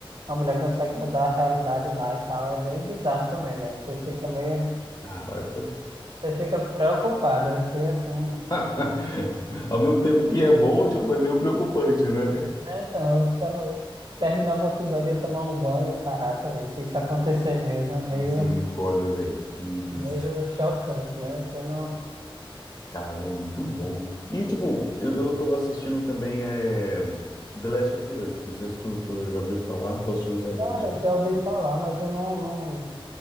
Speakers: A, on the right; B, on the left.
A: a mulher consegue mudar a realidade lá e tal, é bem bizarro também, velho. Você fica meio,
B: Caraca.
A: você fica preocupada, eu fiquei assim,
B: <laughs> Ao mesmo tempo que é bom, tipo, é meio preocupante, né?
A: É, então, eu ficava. Terminava o episódio e ia tomar um banho, caraca, velho. Se isso acontecer mesmo, é meio,
B: Misericórdia, velho. Meu Deus.
A: meio chocante, né? Você não.
B: Cara, é muito bom. E, tipo, eu, eu tô assistindo também é, The Last of Us. Não sei se tu, tu já ouviu falar, tô assistindo a série
A: Cara,
B: The Last of
A: eu já ouvi
B: Us.
A: falar, mas eu não, não,